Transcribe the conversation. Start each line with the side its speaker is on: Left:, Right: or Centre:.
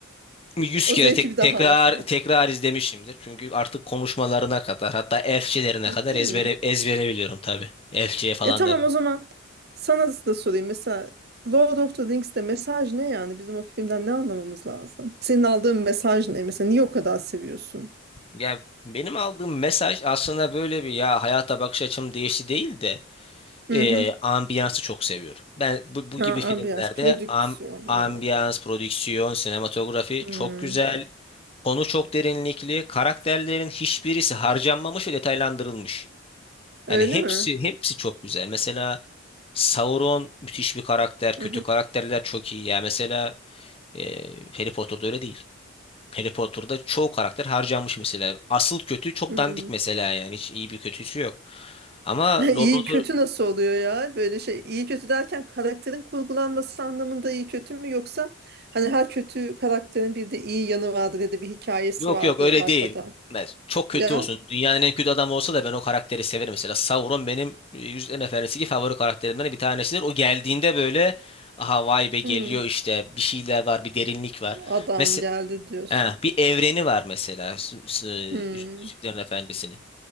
Left: 100
Right: O
Left: kere
Right: zevki
Left: tek,
Right: bir daha
Left: tekrar
Right: alsam.
Left: tekrar izlemişimdir. Çünkü artık konuşmalarına kadar hatta elfçelerine
Right: Ciddi
Left: kadar ezbere
Right: mi?
Left: ezbere biliyorum tabii. Elfçeye falan
Right: E tamam
Left: da.
Right: o zaman sana da sorayım. Mesela Lord of the Rings'te mesaj ne yani? Bizim o filmden ne anlamamız lazım? Senin aldığın mesaj ne? Mesela niye o kadar seviyorsun?
Left: Ya benim aldığım mesaj aslında böyle bir ya hayata bakış açım değişti değil de eee,
Right: Hı hı.
Left: ambiyansı çok seviyorum. Ben bu, bu
Right: Ha,
Left: gibi
Right: ambiyans,
Left: filmlerde
Right: prodüksiyon
Left: am,
Right: anladım.
Left: ambiyans, prodüksiyon, sinematografi çok
Right: Hmm,
Left: güzel. Konu çok derinlikli. Karakterlerin hiçbirisi harcanmamış ve detaylandırılmış.
Right: Öyle
Left: Yani hepsi
Right: mi?
Left: hepsi çok güzel. Mesela Sauron müthiş bir karakter. Kötü
Right: Hı hı.
Left: karakterler çok iyi. Ya mesela e, Harry Potter'da öyle değil. Harry Potter'da çoğu karakter harcanmış mesela. Asıl kötü çok
Right: Hmm.
Left: dandik mesela yani. Hiç iyi bir kötüsü yok. Ama
Right: <laughs> İyi
Left: Lord of
Right: kötü
Left: the-
Right: nasıl oluyor ya? Böyle şey iyi kötü derken karakterin kurgulanması anlamında iyi kötü mü yoksa hani her kötü karakterin bir de iyi yanı vardır ya da bir hikayesi
Left: Yok
Right: vardır
Left: yok öyle
Right: arkada.
Left: değil. Mes- Çok kötü
Right: Ya.
Left: olsun. Dünyanın en kötü adamı olsa da ben o karakteri severim. Mesela Sauron benim e, Yüzüklerin Efendisi'ndeki favori karakterimden bir tanesidir. O geldiğinde böyle aha vay be geliyor
Right: Hmm.
Left: işte bir şeyler var bir derinlik var.
Right: Adam
Left: Mesela
Right: geldi diyorsun.
Left: Eh, bir evreni var mesela s- s-
Right: Hmm.
Left: Yüzüklerin Efendisi'nin.